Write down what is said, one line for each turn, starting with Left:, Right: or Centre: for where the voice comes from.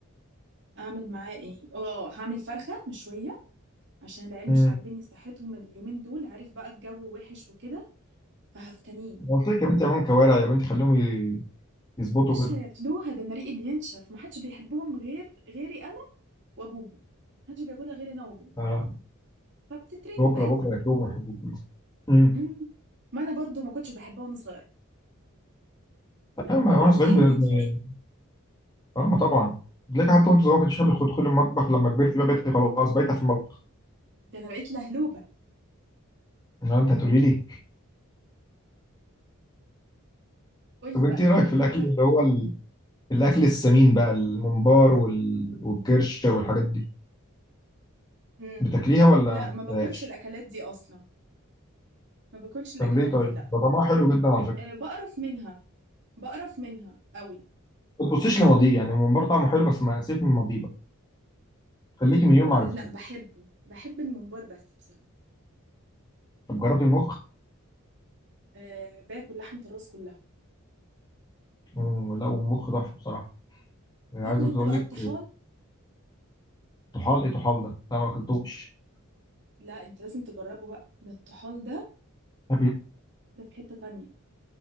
Right: اعمل معاه ايه اه هعمل فرخه مشويه عشان العيال
Left: امم
Right: مش عاجبني صحتهم اليومين دول عارف بقى الجو وحش وكده فهفتنين
Left: قلت لك يا بنتي اعملهم كوارع يا بنتي خليهم ي- يظبطوا
Right: مش
Left: جدا
Right: هياكلوها ده انا ريقي بينشف ما حدش بيحبهم غير غيري انا وابوهم ما حدش بياكلها غير انا وابوهم
Left: آه،
Right: فبتترمي
Left: بكره
Right: بقيت
Left: بكره ياكلوهم ويحبوهم كلهم. امم
Right: امم ما انا برضو ما كنتش بحبها وانا صغيره لما
Left: انا ما
Right: كبرت
Left: واحنا صغيرين
Right: حليت
Left: ب- ب-
Right: فيا
Left: اه ما طبعا بتلاقي حتى وانت صغير ما كنتش حابب تدخل المطبخ لما كبرت بقى بقيت خلاص بايته في المطبخ
Right: ده انا بقيت لهلوبه
Left: ما انت هتقولي لي
Right: قول لي
Left: طب انت
Right: بقى
Left: ايه
Right: هعمل
Left: رايك في الاكل
Right: لهم فرخه
Left: اللي هو ال... الاكل السمين بقى الممبار وال... والكرشه والحاجات دي
Right: امم
Left: بتاكليها ولا
Right: لا
Left: ما
Right: ما باكلش
Left: بتاكلهاش
Right: الاكلات دي اصلا ما باكلش الاكلات
Left: طب ليه طيب
Right: دي لا
Left: ده طعمها حلو جدا على فكره
Right: أه بقرف منها بقرف منها قوي
Left: ما تبصيش لماضيه يعني الممبار طعمه حلو بس ما سيبك من الماضيه بقى خليكي
Right: الممبار
Left: من يوم ما عرفتيه
Right: لا بحبه بحب الممبار بس بصراحه
Left: طب جربتي المخ
Right: أه باكل لحمه الراس كلها
Left: مم، لا والمخ تحفه بصراحه يعني
Right: تاكل
Left: عايز اقول
Right: انت بقى
Left: لك
Right: الطحال
Left: طحال ايه طحال ده لا ما اكلتوش
Right: لا انت لازم تجربه بقى ده الطحال ده
Left: أبي-
Right: ده في حتة تانية